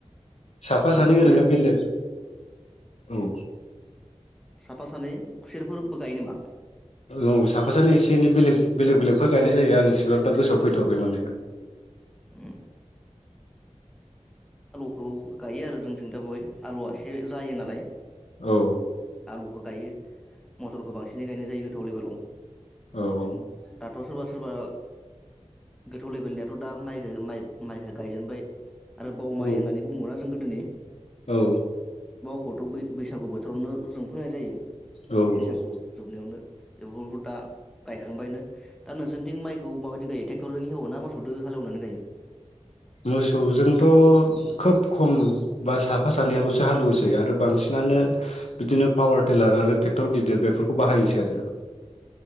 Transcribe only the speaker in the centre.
मानो
होनबा
बेहा
साफा सानै खुसेरफोरबो गायो नामा
हम खौ गायो आरो जोंजों दा बय आलुआ एसे जायो नालाय
आलुखौ गायो मथरखौ बांसिनै गायनाय जायो गोथौ लेभेलाव
दाथ' सोरबा सोरबा गोथौ लेभेलनियाथ' दा माइ म माइ गायजेनबाय आरो बाव माय
होननानै बुङोना जों गोदोनि
गथ' बैसागु बोथोरावनो जों फोनाय जायो
बैसागु
जोबनायावनो बेफोरखौ दा गायखांबायनो दा नोंसोरथि माइखौ माबायदि गायो थे टरजों हेवो ना मोसौदो हालेवनानै गायो